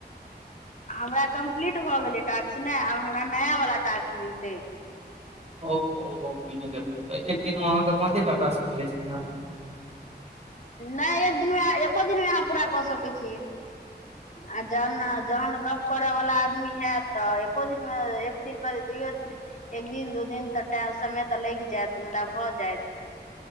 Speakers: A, on the left; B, on the right.
A: हमरा कम्प्लीट भऽ गेलै टास्क नहि आब हमरा नया वाला टास्क मिलतै
B: ओ हो बुझि गेलहुँ तऽ एक दिनमे अहाँके पाँचे टा टास्क मिलै छै ने
A: नहि एक दिनमे एको दिनमे अहाँ पूरा कऽ सकै छी आ जहन नऽ जहन गप करऽ वाला आदमी हैत तऽ एको दिन मे एक दिन कर दुइयो दिन एक दिन दू दिन तऽ टा समय तऽ लगि जायत मुदा भऽ जायत